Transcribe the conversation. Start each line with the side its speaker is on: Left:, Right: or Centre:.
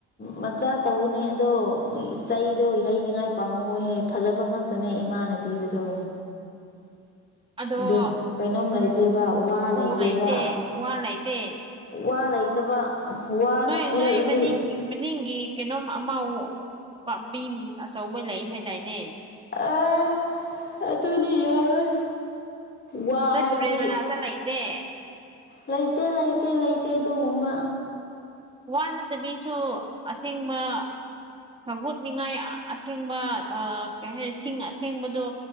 Left: ꯃꯆꯥ ꯇꯧꯅꯦ ꯑꯗꯣ ꯏꯆꯩꯗꯣ ꯌꯩꯅꯤꯡꯉꯥꯏ ꯄꯥꯝꯃꯨꯍꯦꯛ ꯐꯖꯕ ꯉꯥꯛꯇꯅꯦ ꯏꯃꯥꯅ ꯄꯤꯕꯗꯣ
Right: ꯑꯗꯣ
Left: ꯑꯗꯨ ꯀꯩꯅꯣꯝ
Right: ꯎꯝ
Left: ꯂꯩꯇꯦꯕ ꯋꯥ ꯂꯩꯇꯦꯕ
Right: ꯎ ꯂꯩꯇꯦ ꯋꯥ ꯂꯩꯇꯦ
Left: ꯋꯥ ꯂꯩꯇꯕ ꯋꯥꯅ
Right: ꯅꯣꯏ
Left: ꯄꯤꯔꯛꯂꯗꯤ
Right: ꯅꯣꯏ ꯃꯅꯤꯡ ꯃꯅꯤꯡꯒꯤ ꯀꯩꯅꯣꯝ ꯑꯃꯥꯎ ꯄꯥꯝꯕꯤ ꯑꯆꯧꯕ ꯂꯩ ꯍꯥꯏꯗꯥꯏꯅꯦ
Left: ꯑꯥ ꯑꯗꯨꯗꯤ ꯌꯥꯔꯣꯏ ꯋꯥ
Right: ꯅꯣꯏ
Left: ꯍꯥꯏꯕꯗꯤ
Right: ꯇꯨꯔꯦꯜ ꯃꯅꯥꯛꯇ ꯂꯩꯇꯦ
Left: ꯂꯩꯇꯦ ꯂꯩꯇꯦ ꯂꯩꯇꯦ ꯑꯗꯨꯒꯨꯝꯕ
Right: ꯋꯥ ꯅꯠꯇꯕꯤꯁꯨ ꯑꯁꯦꯡꯕ ꯃꯍꯨꯠ ꯅꯤꯡꯉꯥꯏ ꯑꯁꯦꯡꯕ ꯑꯥ ꯀꯩ ꯍꯥꯏꯅꯤ ꯁꯤꯡ ꯑꯁꯦꯡꯕꯗꯣ